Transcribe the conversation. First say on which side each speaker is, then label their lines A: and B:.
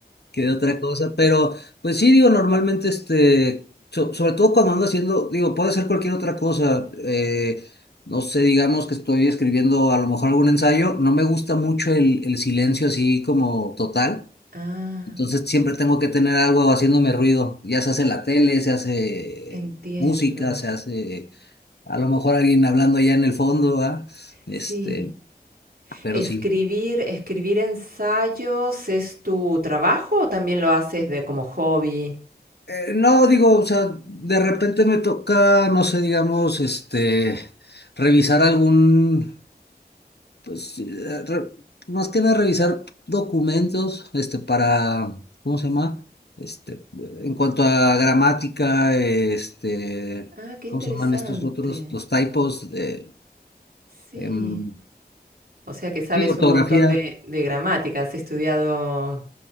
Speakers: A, on the left; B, on the right.
A: que, de otra cosa, pero pues sí, digo, normalmente este, so- sobre todo cuando ando haciendo, digo, puede ser cualquier otra cosa. eh, no sé, digamos que estoy escribiendo a lo mejor algún ensayo, no me gusta mucho el, el silencio así como total.
B: Ah,
A: Entonces siempre tengo que tener algo haciéndome ruido. Ya se hace la tele, se hace
B: entiendo.
A: música, se hace a lo mejor alguien hablando allá en el fondo, ¿ah? Este,
B: Sí.
A: pero
B: Escribir,
A: sí.
B: escribir ensayos, ¿es tu trabajo o también lo haces de como hobby?
A: Eh, no, digo, o sea, de repente me toca, no sé, digamos, este, revisar algún Pues eh, re- más que nada revisar documentos, este, para, ¿cómo se llama? Este, en cuanto a gramática, este,
B: Ah, qué
A: ¿cómo
B: interesante.
A: se llaman estos otros? Los typos, eh,
B: Sí.
A: em,
B: O sea que sabes
A: sí, ortografía.
B: un montón de, de gramática. ¿Has estudiado